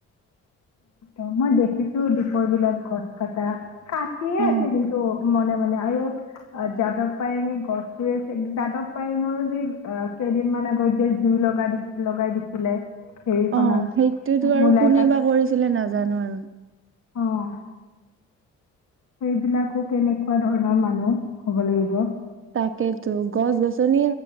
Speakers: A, on the left (about 65°); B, on the right (about 45°).
A: অ মই দেখিছো দীপৰ বিলত গছ কটা কাটিয়ে
B: অ
A: আছে কিন্তু মনে মনে আৰু যাদৱ পায়ঙে গছ য়ে আছে যাদৱ পায়েঙৰো যে কেইদিন মান আগত যে জুই লগা দি লগাই দিছিলে হেৰিখনত
B: অ সেইটোয়েতো আৰু
A: মূলাই
B: কোনে বা কৰিছিলে নাজানো আৰু
A: অঁ সেইবিলাকো কেনেকুৱা ধৰণৰ মানুহ হব লাগিব
B: তাকেইেতো গছ গছনি